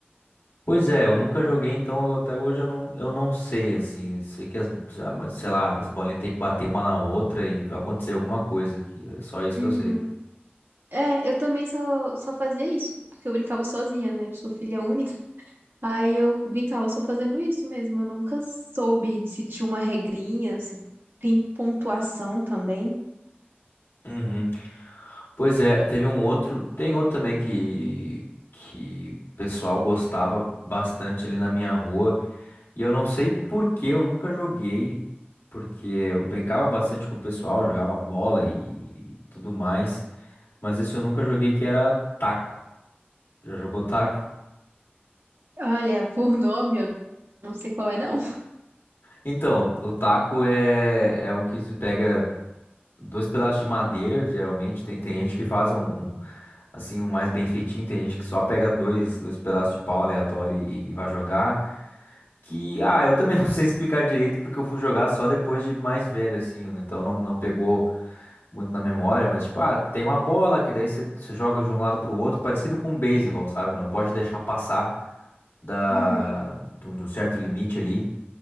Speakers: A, on the left (about 75°); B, on the right (about 65°).
A: Pois é, eu nunca joguei, então eu- até hoje eu não, eu não sei, assim. Eu sei que as, já- mas, sei lá, as bolinhas têm que bater uma na outra e acontecer alguma coisa, que é só isso
B: Uhum.
A: que eu sei.
B: É, eu também só, só fazia isso, porque eu brincava sozinha, né? Eu sou filha única. Aí eu brincava só fazendo isso mesmo. Eu nunca soube se tinha uma regrinha, se tem pontuação também.
A: Uhum. Pois é, teve um outro, tem outro também que que o pessoal gostava bastante ali na minha rua, e eu não sei por que eu nunca joguei, porque eu brincava bastante com o pessoal, jogava bola e tudo mais, mas isso eu nunca joguei que era taco. Já jogou taco?
B: Olha, <laughs> por nome, eu não sei qual é, não.
A: Então, o taco é é um que se pega Dois pedaços de madeira, geralmente. Tem, tem gente que faz um, um, assim, um mais bem feitinho. Tem gente que só pega dois, dois pedaços de pau aleatório e, e vai jogar. Que, ah, eu também <laughs> não sei explicar direito porque eu fui jogar só depois de mais velho, assim. né? Então não, não pegou muito na memória. Mas, tipo, ah, tem uma bola que daí você, você joga de um lado pro outro, parecido com um beisebol, sabe? Não pode deixar passar da,
B: Uhum.
A: de um de um certo limite ali.